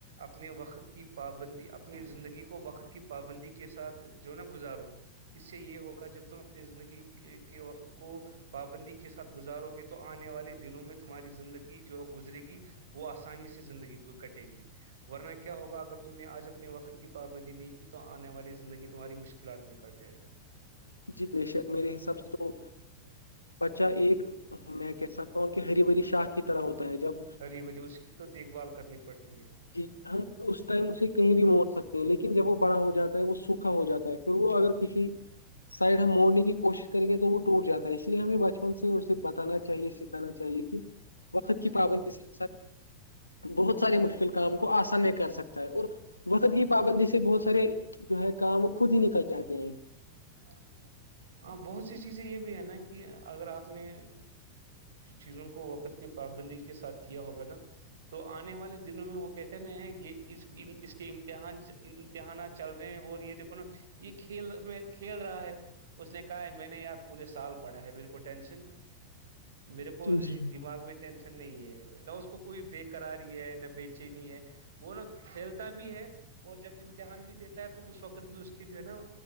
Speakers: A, on the right; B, on the left.
A: اپنے وقت کی پابندی اپنی زندگی کو وقت کی پابندی کے ساتھ جو ہے نا گزارو اس سے یہ ہوگا جب تم اپنی زندگی کے وقت کو پابندی کے ساتھ گزارو گے تو تو آنے والے دنوں میں تمہاری زندگی جو گزرے گی وہ آسانی سے زندگی کو کٹے گی ورنہ کیا ہوا اگر تم نے آج اپنے وقت کی پابندی نہیں کی تو آنے والی زندگی تمہاری مشکل کلاات میں کٹ جائے گی
B: جی بے شک میرے حساب سے تو بچہ ایک میں کہ سا ہری بھری شاخ کی طرح ہوتا ہے جب
A: ہری بھج اس کی تو دیکھ بھال کرنی پڑتی ہے
B: جی ہم اس ٹائم اسے کہیں بھی موڑ سکتے ہیں لیکن جب وہ بڑا ہو جاتا ہے وہ سوکھا ہو جاتا ہے پھر وہ اگر کسی سائڈ ہم موڑنے کی کوشش کریں گے تو وہ ٹوٹ جاتا ہے اس لیے ہمیں بچپن سے ہی اسے بتانا چاہے کہنا چاہیے کہ وقت کی
A: صحیح
B: پابندی
A: بات
B: سے ساتھ بہت سارے مشکل کام کو آسان میں کر سکتا ہے اور وست کی پابندی سے بہت سارے جو ہے کام وہ خود ہی نکل جاتے ہیں
A: جاں ج ہاں بہت سی چیزیں یہ بھی ہے نا کہ اگر آپ نے چیزوں کو وقت کی پابندی کے ساتھ کیا ہوگا نا تو آنے والے دنوں میں وہ کہتے نا یہ اس کے امتحان امتحانات چل رہے ہیں اور یہ دیکھو نا یہ کھیل میں کھیل رہا ہے اس نے کہا ہے میں نے یار پورے سال پڑھا ہے میرے کو ٹینشن میرے کو
B: جی
A: دماغ میں ٹینشن نہیں ہے نہ اس کو کوئی بےیکراری ہے نہ بے چینی ہے وہ نا کھیلتا بھی ہے اور جب امتحان بھی دیتا ہے تو اس وقت بھی اس کہ جو ہے نا